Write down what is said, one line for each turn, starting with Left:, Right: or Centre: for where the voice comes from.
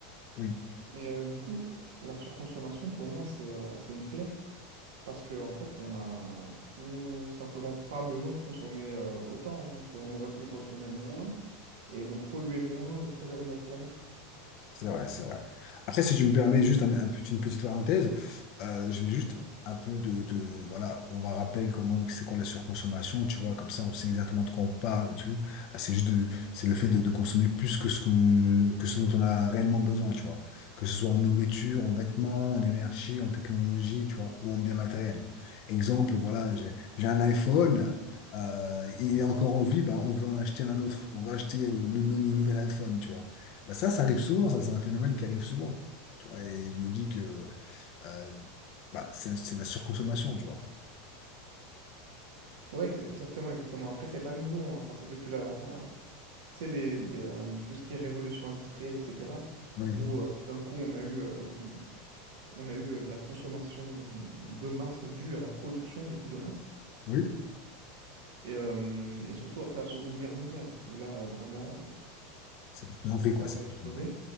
Left: Oui.
Right: Et euh, du coup, la surconsommation, pour moi, c'est euh, c'est une plaie parce que en fait, on a tout simplement pas besoin de consommer euh, autant. hein. On peut- on aurait pu consommer moins et donc polluer moins et préserver notre planète.
Left: C'est vrai, c'est vrai. Après, si tu me permets juste un, un petit- une petite parenthèse, euh, je vais juste un peu de, de- voilà, on va rappeler comment c'est quoi la surconsommation, tu vois, comme ça on sait exactement de quoi on parle et tout. Ah, c'est juste de, c'est le fait de, de consommer plus que ce que, que ce dont on a réellement besoin, tu vois. Que ce soit en nourriture, en vêtements, en énergie, en technologie, tu vois, ou en biens matériels. Exemple, voilà, j'ai, j'ai un iPhone. euh, il est encore en vie, ben, on veut en acheter un autre. On va acheter euh, le, nou- le nouvel iPhone, tu vois. Bah ça, ça arrive souvent, ça, c'est un phénomène qui arrive souvent. Tu vois, et je me dis que euh, bah, c'est c'est de la surconsommation, tu vois.
Right: Oui, exactement, exactement. Après, c'est pas nouveau. hein. Enfin, c'est depuis la, la, tu sais, les, les, euh, tout ce qui est révolution industrielle, etc.,
Left: Oui,
Right: où euh, d'un coup, on a eu, euh, on a eu euh, de la consommation de masse due à la production, du coup, de masse.
Left: oui.
Right: Et, euh, et surtout après la Seconde Guerre mondiale, où là, euh, vraiment, euh,
Left: C'est pas bien vrai,
Right: ça,
Left: quoi, c'est
Right: ça a
Left: pas
Right: explosé.
Left: bien vrai.